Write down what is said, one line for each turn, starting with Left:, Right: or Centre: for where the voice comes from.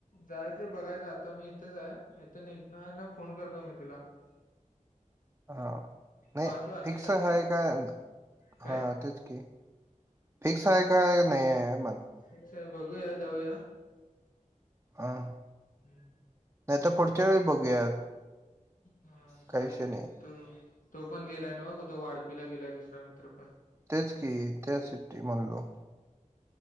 Left: जायचंय बघायचं आता मी इथंच आहे. इथून निघणार फोन करतो मी तुला. <inaudible>
Right: हा नाही
Left: पाच वाजलीत
Right: फिक्स
Left: आता
Right: आहे का
Left: काय
Right: हा तेच की. फिक्स आहे काय नाही ये.
Left: फिक्स आहे बघूया जाऊया.
Right: हा.
Left: हम.
Right: नाही तर पुढच्या वेळी बघूयात.
Left: हा
Right: काही
Left: काय
Right: विषय
Left: ते.
Right: नाही.
Left: तो तो पण गेलाय नवं तो वाडपीला गेलाय दुसरा मित्र पण.
Right: तेच की त्यासाठी म्हणलो.